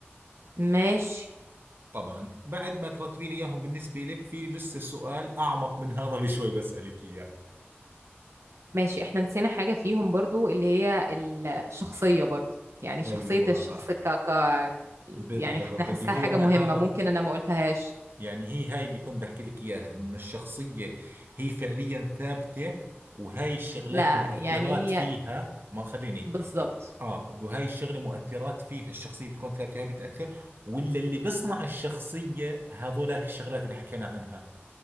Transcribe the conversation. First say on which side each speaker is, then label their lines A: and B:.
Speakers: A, on the right (about 85°); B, on the right (about 55°).
A: ماشي
B: طبعا بعد ما ترتبي لي إياهم بالنسبة لك في لسه سؤال أعمق من هذا <laughs> بشوي بسألك إياه
A: ماشي احنا نسينا حاجة فيهم برضو اللي هي الشخصية برضو يعني شخصية
B: أيوة
A: الشخص ك... ك...
B: بالضبط
A: يعني انا حاساها
B: اللي هو
A: حاجة
B: أنا
A: مهمة
B: هذا
A: ممكن انا ما قلتهاش
B: يعني هي هاي اللي كنت بحكي لك إياها إنه الشخصية هي فعليا ثابتة وهاي الشغلات
A: لا
B: مؤثرات
A: يعني
B: فيها
A: هي
B: ما خليني
A: بالظبط
B: آه وهاي الشغلة مؤثرات فيها الشخصية بتكون ثابتة هاي بتأثر ولا اللي بصنع الشخصية هذولاك الشغلات اللي حكينا عنها